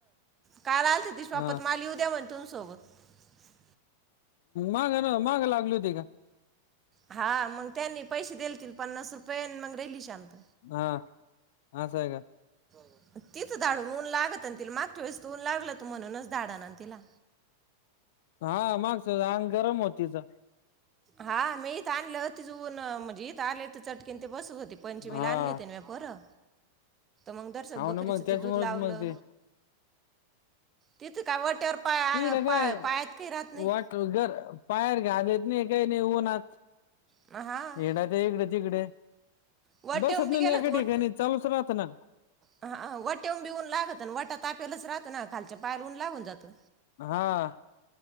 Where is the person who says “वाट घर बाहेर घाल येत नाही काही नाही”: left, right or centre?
Left